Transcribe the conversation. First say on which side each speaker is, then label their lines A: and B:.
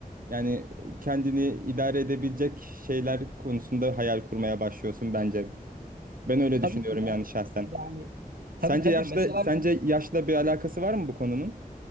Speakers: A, on the right; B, on the right.
A: yani kendini idare edebilecek şeyler konusunda hayal kurmaya başlıyorsun bence. Ben öyle
B: Tabii
A: düşünüyorum
B: ki ya.
A: yani şahsen.
B: Yani
A: Sence
B: tabii tabii
A: yaşla
B: mesela
A: sence yaşla bir alakası var mı bu konunun?